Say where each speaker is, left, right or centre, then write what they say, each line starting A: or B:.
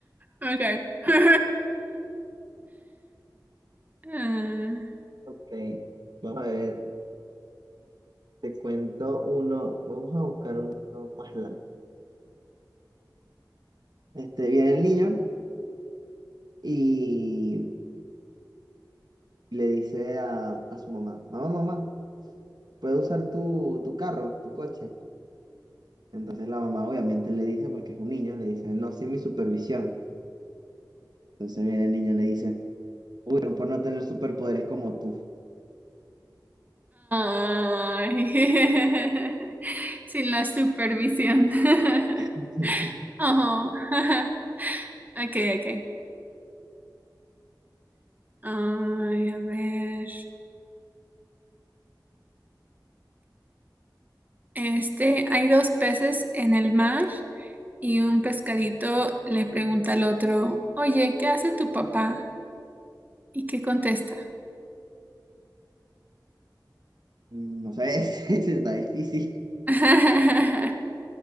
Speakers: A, on the right; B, on the right.
A: Ok. <laughs> Ah.
B: ok, vamos a ver, te cuento uno, vamos a buscar uno más largo. Este, viene el niño y le dice a, a su mamá, mamá, mamá. puedo usar tu, tu carro, tu coche. Entonces la mamá obviamente le dice, porque es un niño, le dice, no, sin mi supervisión. Entonces viene el niño y le dice, uy, pero por no tener superpoderes como tú.
A: Ay. <laughs> Sin la supervisión. <laughs>
B: <laughs>
A: ajá <laughs> Ok, ok. Ay, a ver. Este, hay dos peces en el mar y un pescadito le pregunta al otro, oye, ¿qué hace tu papá? ¿Y qué contesta?
B: No sé, <laughs> ese está difícil.
A: <laughs>